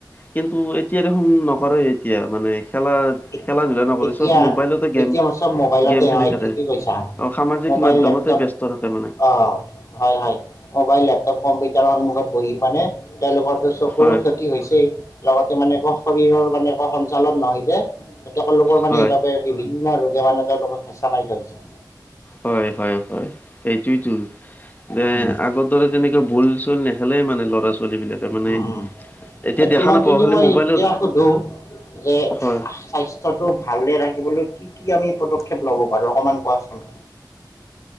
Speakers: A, on the left; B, on the left.
A: কিন্তু এতিয়া দেখোন নকৰে এতিয়া মানে খেলা
B: এতি
A: খেলা ধূলা নকৰে
B: এতিয়া
A: চব মোবাইলতে গেম
B: এতিয়া চব মোবাইলতে
A: গেম খেলি
B: হয়
A: থাকে
B: ঠিকে কৈছা।
A: আৰু সামাজিক
B: মোবাইল
A: মাধ্যমতে
B: লেপটপ
A: ব্যস্ত থাকে মানে
B: অ, হয়, হয়, মোবাইল লেপটপ কম্পিউটাৰ সন্মুখত বহি মানে তেওঁলোকৰ আৰু চকুৰো
A: হয়
B: ক্ষতি হৈছেই লগতে মানে একৌ শৰীৰৰ মানে একো সঞ্চালন নহয় যে তেওঁকল লোকৰ মানে
A: হয়
B: সেইবাবে বিভিন্ন ৰোগে মানে তেওঁলোকক হেঁচা মাৰি ধৰিছে
A: হয়, হয়, হয়, সেইটোয়েতো যে
B: উম,
A: আগৰ দৰে তেনেকে ভল <unintelligible> নেখেলেই মানে ল'ৰা চোৱা ছোৱালী বিলাকে মানে
B: উম, উম,
A: এতিয়া
B: তোমাক
A: দেখা নাপাওঁ
B: যদি
A: খালি
B: মই
A: মোবাইলত
B: এতিয়া সুধো যে
A: হয়
B: স্বাস্থ্যটো ভালে ৰাখিবলৈ কি কি আমি পদক্ষেপ লব পাৰো অকমান কোৱাচোন?